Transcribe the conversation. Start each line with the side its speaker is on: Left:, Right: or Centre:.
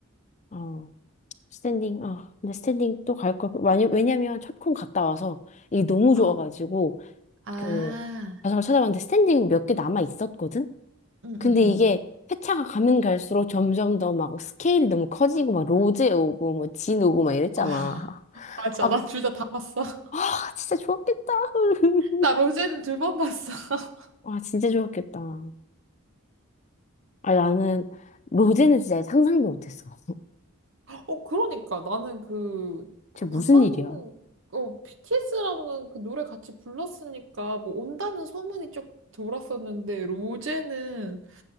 Left: 어 스탠딩 아 근데 스탠딩 또 갈 걸. 왜냐- 왜냐면 첫콘 갔다 와서 이게 너무
Right: 어.
Left: 좋아가지고
Right: 아,
Left: 그 좌석을 찾아봤는데 스탠딩 몇 개 남아 있었거든?
Right: 응,
Left: 근데
Right: 응, 응.
Left: 이게 회차가 가면 갈수록 점점 더 막 스케일이 너무 커지고 막 로제 오고 뭐 진 오고 막 이랬잖아.
Right: 아아 <laughs> 맞아.
Left: 아,
Right: 나 둘 다 다 봤어. <laughs>
Left: 아 진짜 좋았겠다. <laughs>
Right: 나 로제는 두 번 봤어. <laughs>
Left: 와 진짜 좋았겠다. 아 나는 로제는
Right: 응.
Left: 진짜 상상도 못했어.
Right: 어, 그러니까. 나는 그, 그
Left: 진짜
Right: 방탄,
Left: 무슨 일이야?
Right: 어, BTS랑은 그 노래 같이 불렀으니까, 뭐, 온다는 소문이 쭉 돌았었는데, 로제는,